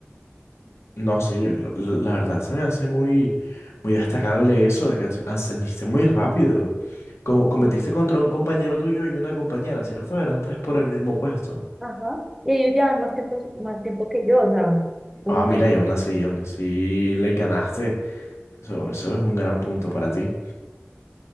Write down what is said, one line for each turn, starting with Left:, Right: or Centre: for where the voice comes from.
Left: No, sí, la la verdad se me hace muy, muy destacable eso de que as- ascendiste muy rápido. Co- competiste contra un compañero tuyo y una compañera, ¿cierto? Eran tres por el mismo puesto.
Centre: Ajá. Y ellos llevan más tiempo, más tiempo que yo, o sea, un...
Left: Ah, mira, y aún así, y aún así le ganaste. Eso, eso es un gran punto para ti.